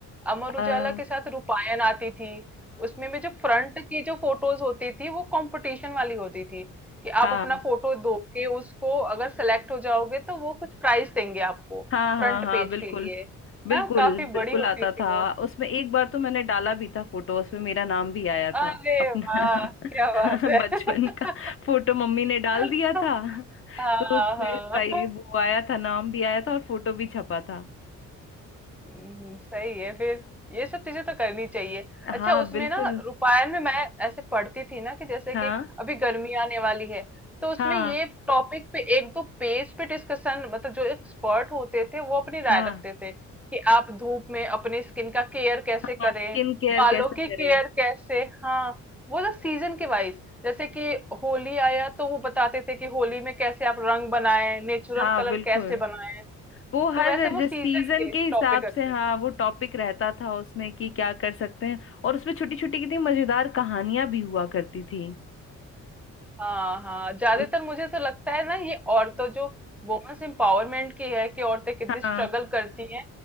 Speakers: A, in the centre; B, on the left.
A: अमर उजाला
B: आ, हाँ
A: के साथ रूपायन आती थी उसमें में जो फ्रंट की जो फोटोज होती थी वो कंपटीशन वाली होती थी कि
B: हाँ
A: आप अपना फोटो दो के उसको अगर सेलेक्ट हो जाओगे तो वो कुछ प्राइस देंगे आपको
B: हाँ
A: फ्रंट
B: हाँ हाँ
A: पेज
B: बिल्कुल
A: के लिए
B: बिल्कुल
A: ना काफी
B: बिल्कुल
A: बड़ी होती
B: आता
A: थी
B: था
A: वो
B: उसमें एक बार तो मैंने डाला भी था फोटो उसमें मेरा नाम भी आया
A: अरे
B: था अपना
A: वाह क्या बात
B: <laughs>
A: है
B: बचपन का फोटो मम्मी ने डाल दिया
A: <laughs>
B: था
A: हाँ
B: तो उसमें
A: हाँ
B: प्राइ- वो आया था नाम भी आया था और फोटो भी छपा था
A: हम्म, सही है फिर ये सब चीजें तो करनी चाहिए अच्छा
B: हाँ
A: उसमें
B: बिल्कुल
A: ना रूपायण में मैं ऐसे पढ़ती थी ना कि जैसे
B: हाँ
A: कि अभी गर्मी आने वाली है तो उसमें
B: हाँ
A: ये टॉपिक पे एक दो पेज पे डिस्कशन मतलब जो एक्सपर्ट होते थे वो अपनी राय
B: हाँ
A: रखते थे कि आप धूप में अपनी स्किन का केयर कैसे करें
B: हाँ स्किन केयर
A: बालों
B: कैसे करें
A: की केयर कैसे हाँ वो ना सीजन के वाइज जैसे कि होली आया तो वो बताते थे कि होली में कैसे आप रंग बनाएं नेचुरल
B: हाँ
A: कलर
B: बिल्कुल
A: कैसे बनाएं
B: वो हर
A: तो वैसे वो
B: जो
A: सीजन
B: सीजन
A: के
B: के
A: टॉपिक
B: हिसाब
A: रखते
B: से हाँ
A: थे
B: वो टॉपिक रहता था उसमें कि क्या कर सकते हैं और उसमें छोटी छोटी कितनी मजेदार कहानियां भी हुआ करती थी
A: हाँ हाँ ज्यादातर
B: तो
A: मुझे तो लगता है ना ये औरतों जो वुमेन्स एम्पावरमेंट की है कि औरतें कितनी
B: हाँ
A: स्ट्रगल करती हैं